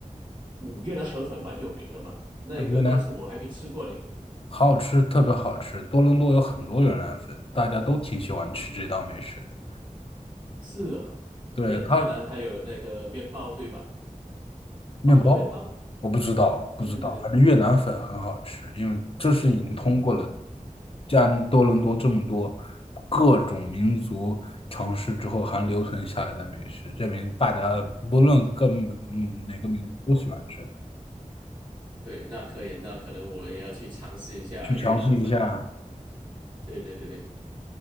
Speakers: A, on the right; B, on the left.
A: 嗯，越南河粉蛮有名的嘛，那个但是我还没吃过嘞。
B: 对，越南好好吃，特别好吃。多伦多有很多越南粉，大家都挺喜欢吃这道美食的。
A: 是啊，
B: 对，
A: 越越南还有那个面包对吧？
B: 它面包？
A: 法国面包，
B: 我不知道，
A: 对对对对
B: 不知道，反正越南粉很好吃，因为这是已经通过了
A: <laughs>
B: 加多伦多这么多各种民族尝试之后还留存下来的美食，证明大家不论各嗯哪个民族都喜欢吃的，
A: 对，那可以，那可能我也要去尝试一下越南粉了。
B: 去尝试一下。
A: 对对对对。